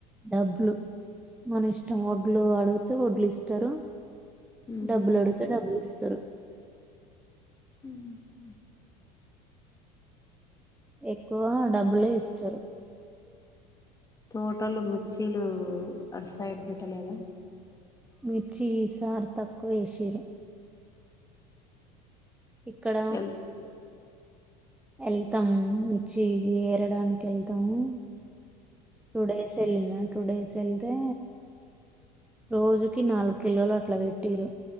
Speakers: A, in the centre; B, on the left (about 15°).
A: డబ్బులు, మన ఇష్టం వడ్లు అడుగితే వడ్లిస్తరు.
B: ఉమ్,
A: డబ్బులడుగుతే డబ్బులిస్తరు
B: ఉమ్ హ్
A: ఎక్కువ డబ్బులే ఇస్తారు
B: తోటలు మిర్చీలు అటు సైడ్ పెట్టలేదా
A: మీర్చీ ఈసారి తక్కువేసిర్రు ఇక్కడ
B: వెల్
A: ఎళ్తము మిర్చి ఏరడానికెళ్తము. టూ డేస్ ఎళ్ళిన టూ డేస్ ఎల్తే రోజుకి నాలుగు కిలోలట్లా పెట్టిర్రు